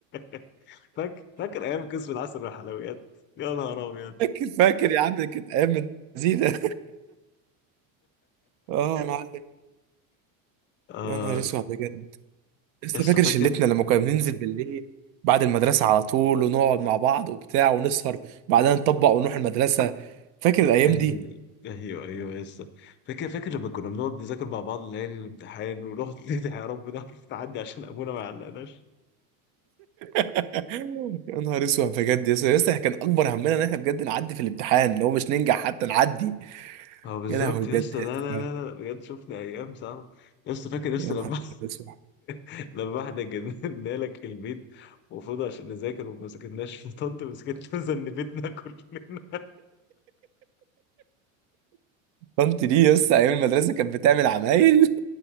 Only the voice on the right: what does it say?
فاكر فاكر يا عم كانت ايام زينه <laughs> اه يا معلم
يا نهار اسود بجد لسه
فاكر
شلتنا لما كنا بننزل بالليل بعد المدرسه على طول ونقعد مع بعض وبتاع ونسهر بعدها نطبق ونروح المدرسه فاكر الايام
دي
<laughs> يا نهار اسود بجد يا اسطى يا اسطى كان اكبر همنا ان احنا بجد نعدي في الامتحان اللي هو مش ننجح حتى نعدي
يا لهوي بجد
يا
سلام.
يا
نهار اسود
طنط دي يس ايام المدرسه كانت بتعمل عمايل